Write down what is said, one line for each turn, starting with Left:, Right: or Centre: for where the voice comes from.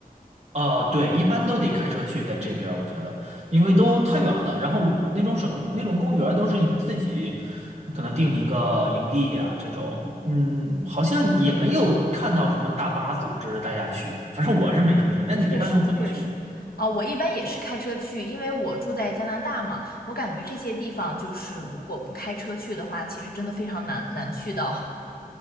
Right: 啊，对，一般都得开车去，在这边儿我觉得，因为都太远了。然后那种省那种公园儿都是以自己可能定一个营地呀、这种，嗯，好像也没有看到什么大巴组织大家去，反正我是没注意。那你一般都怎么去啊？
Left: 确实确实，啊、我一般也是开车去，因为我住在加拿大嘛，我感觉这些地方就是如果不开车去的话，其实真的非常难难去到，